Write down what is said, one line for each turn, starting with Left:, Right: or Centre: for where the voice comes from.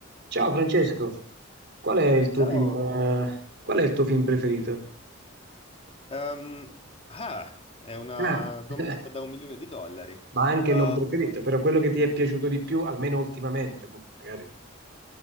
Right: Ciao Francesco, qual è il tuo
Left: Ciao,
Right: film, eh, qual è il tuo film preferito?
Left: Ehm, ah, è una
Right: Ah,
Left: domanda
Right: <laughs>
Left: da un milione di dollari. Eh,
Right: ma anche non preferito, però quello che ti è piaciuto di più, almeno ultimamente, mo- magari.